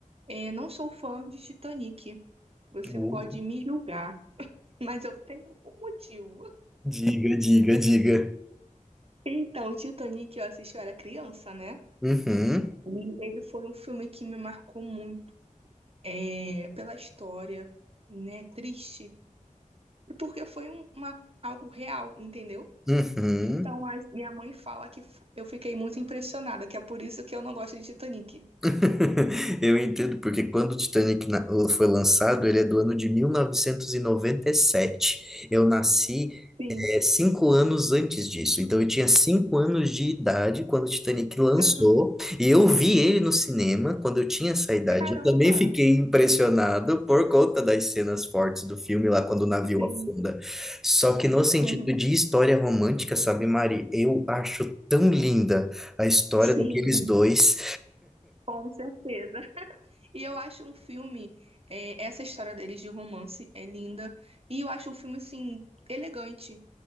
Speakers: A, on the right; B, in the centre.
A: eh, não sou fã de Titanic. Você
B: Oh.
A: pode me julgar, mas eu tenho um motivo.
B: Diga, diga, diga.
A: Então, o Titanic eu assisti, eu era criança, né?
B: Uhum,
A: E ele foi um filme que me marcou muito é, pela história, né? Triste. E porque foi um- uma, algo real, entendeu?
B: uhum.
A: Então, a minha mãe fala que f- eu fiquei muito impressionada, que é por isso que eu não gosto de Titanic.
B: <laughs> Eu entendo, porque quando o Titanic na- foi lançado, ele é do ano de mil novecentos e e noventa e sete. Eu nasci,
A: Sim,
B: eh, cinco anos antes disso. Então, eu tinha cinco anos de idade quando o Titanic lançou.
A: eu, não-
B: E eu vi ele no cinema quando eu tinha essa idade.
A: caramba,
B: Eu também fiquei impressionado por conta das cenas fortes do filme lá quando o navio
A: sim,
B: afunda. Só que no sentido
A: uhum,
B: de história romântica, sabe, Mari? Eu acho tão linda a história
A: sim,
B: daqueles dois.
A: com certeza. E eu acho um filme, é, essa história deles de romance é linda, e eu acho um filme, assim, elegante.